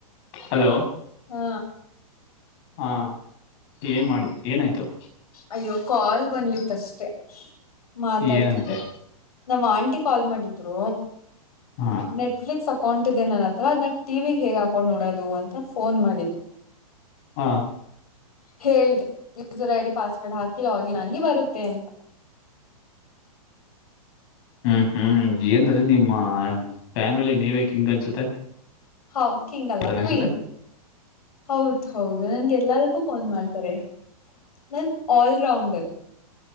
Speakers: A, on the left (about 40°); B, on the left (about 85°).
A: ಹಲೋ
B: ಹಾ
A: ಹಾ ಏನ್ ಮಾಡಿ ಏನಾಯ್ತು
B: ಅಯ್ಯೋ ಕಾಲ್ ಬಂದಿತ್ತಷ್ಟೇ ಮಾತಾಡ್ತ
A: ಏನಂತೆ
B: ನಮ್ ಆಂಟಿ ಕಾಲ್ ಮಾಡಿದ್ರು ನ
A: ಹಾ
B: ನೆಟ್ ಫ್ಲಿಕ್ಸ್ ಅಕೌಂಟ್ ಇದೆ ನನ್ನ ಹತ್ರವಾದನ್ನ ಟಿವಿಗೆ ಹೇಗೆ ಹಾಕೊಂಡು ನೋಡೋದು ಅಂತ ಫೋನ್ ಮಾಡಿದು
A: ಹಾ
B: ಹೇಳ್ದೆ ಯೂಸರ್ ಐ ಡಿ ಪಾಸ್ವರ್ಡ್ ಹಾಕಿ ಲಾಗಿನ್ ಆಗಿ ಬರುತ್ತೆ ಅಂತ
A: ಹ್ಮ್ ಹ್ಮ್ ಏನ್ ನಿಮ್ಮ ಫ್ಯಾಮಿಲಿ ನೀವೇ ಕಿಂಗ್ ಅನ್ಸುತ್ತೆ
B: ಹಾ ಕಿಂಗ್ ಅಲ್ಲ
A: ಆತರ ಅನ್ಸುತ್ತೆ
B: ಕ್ವೀನ್ ಹೌದು ಹೌದು ನಂಗೆ ಎಲ್ಲಕ್ಕೂ ಫೋನ್ ಮಾಡ್ತಾರೆ ನನ್ ಆಲ್ರೌಂಡರ್.